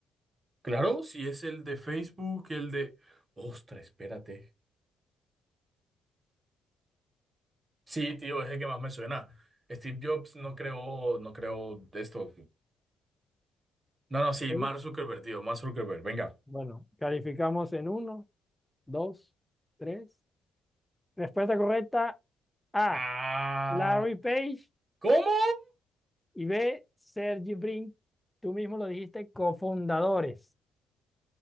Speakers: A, on the right; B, in the centre.
A: Claro, si es el de Facebook, el de... Ostras, espérate. Sí, tío, es el que más me suena. Steve Jobs no creó, no creó esto. No, no, sí,
B: Sí.
A: Mark Zuckerberg, tío, Mark Zuckerberg, venga.
B: Bueno, calificamos en uno, dos, tres. Respuesta correcta A,
A: Ah,
B: Larry Page
A: ¿cómo?
B: y B, Sergey Brin. Tú mismo lo dijiste, cofundadores.